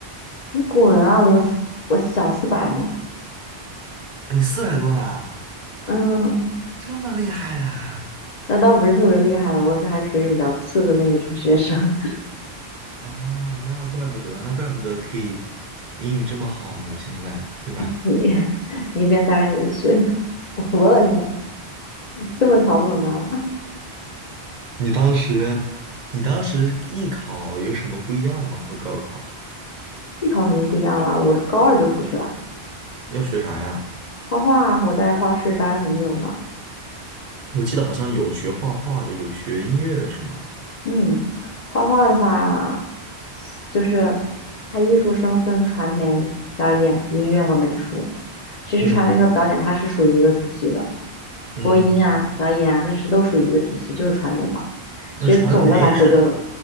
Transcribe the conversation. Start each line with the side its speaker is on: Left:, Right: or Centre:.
Left: 你滚啊！我四我小四百呢，
Right: 啊，你四百多啦，
Left: 嗯，
Right: 这么厉害啦！
Left: 那倒不是特别厉害了，我这还是属于比较次的那一种学生。
Right: 啊，那怪不得，那怪不得可以英语这么好呢，现在对吧？
Left: 你 <laughs> 你一边待着去，我服了你，这么嘲讽的。
Right: 你当时你当时艺考有什么不一样吗？和高考
Left: 艺考肯定不一样啦，我高二就出去了。
Right: 要学啥呀？
Left: 画画我在画室待了很久呢。
Right: 我记得好像有学画画的，有学音乐的是吗？
Left: 嗯，画画的话，就是它艺术生分传媒、表演、音乐和美术。其实传媒和表演它是属于一个体系的，
Right: 嗯嗯。
Left: 播音啊、表演啊，这是都属于一个体系，就是传媒嘛。
Right: 那传媒是
Left: 其实总的来说就